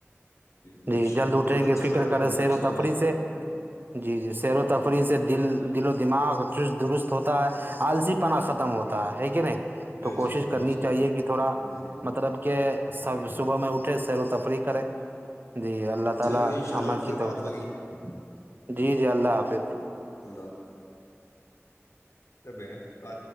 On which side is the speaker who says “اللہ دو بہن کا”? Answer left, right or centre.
Left